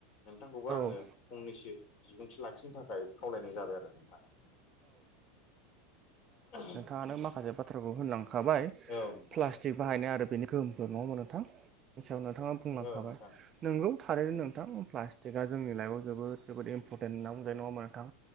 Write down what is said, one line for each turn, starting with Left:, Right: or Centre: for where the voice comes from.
Left: नोंथांखौबो आंङो
Right: औ
Left: फंनैसो बिबुंथि लाखिनो थाखाय खावलायनाय जाबाय आरो नोंथाङा। <unintelligible>
Right: थां आनो माखासे बाथ्राखौ होनलां खाबाय
Left: नोंथां
Right: प्लासटिक बाहायनाय आरो बिनि गोहोमफोर नङाहोमबा नोंथां। बेनि सायाव नोंथाङा बुंलांखाबाय
Left: औ नोंथां
Right: नोंगौ। थारैनो नोंथां प्लास्टिक जोंनि लाइफआव जोबोद जोबोद इमपरेन्ट होनना बुंनाय नङा नोंथां।